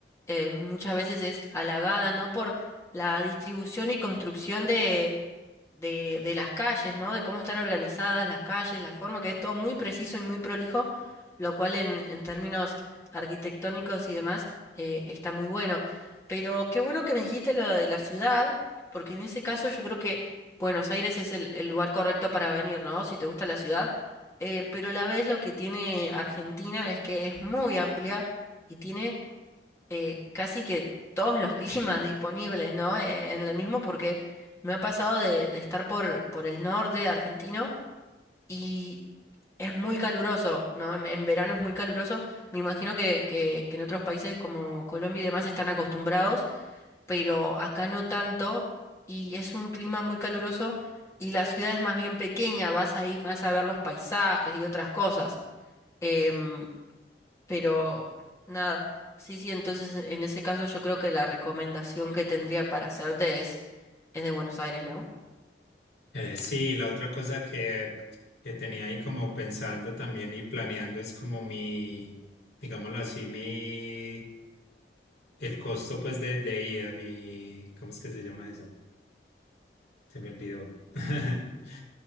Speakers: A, on the left; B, on the left.
A: eh, muchas veces es halagada, ¿no? Por la distribución y construcción de, de, de las calles, ¿no? De cómo están organizadas las calles, la forma, que es todo muy preciso y muy prolijo, lo cual en, en términos arquitectónicos y demás eh, está muy bueno. Pero qué bueno que me dijiste lo de la ciudad, porque en ese caso yo creo que Buenos Aires es el, el lugar correcto para venir, ¿no? Si te gusta la ciudad. Eh, pero a la vez lo que tiene Argentina es que es muy amplia y tiene eh, casi que todos los <laughs> climas disponibles, ¿no? Eh, en lo mismo porque me ha pasado de, de estar por, por el norte argentino y es muy caluroso, ¿no? En, en verano es muy caluroso. Me imagino que, que, que en otros países como Colombia y demás están acostumbrados, pero acá no tanto y es un clima muy caluroso y la ciudad es más bien pequeña, vas ahí más a ver los paisajes y otras cosas. Em, pero nada, sí, sí, entonces en ese caso yo creo que la recomendación que tendría para hacerte es, es de Buenos Aires, ¿no?
B: Eh, sí, la otra cosa que, que tenía ahí como pensando también y planeando es como mi, digámoslo así, mi, el costo pues de, de ida, mi, ¿cómo es que se llama eso? Se me olvidó. <laughs>